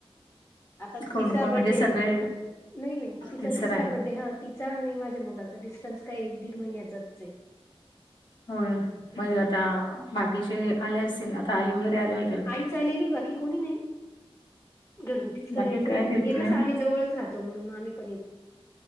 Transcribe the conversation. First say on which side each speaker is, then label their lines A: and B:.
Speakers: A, on the left (about 30°); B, on the left (about 50°).
A: आता तिसरा
B: कोण कोण
A: बर््डे
B: म्हणजे सगळे
A: नाही नाही तिचा
B: तिसर
A: तिसरा
B: आहे
A: बड्डे हा. तिचा आणि माझ्या मुलाचा डिस्टन्स काय एक दीड महिन्याचाच आहे.
B: हो मग
A: हा
B: आता बाकीचे आले असतील आता आई वगैरे आल्या.
A: आई चा आलेली बाकी कोणी नाही घरगुतीच करायचंय
B: बाकी काय तिथले
A: हे कसं आम्ही जवळच राहतो. म्हणूनग आम्ही पण येतो.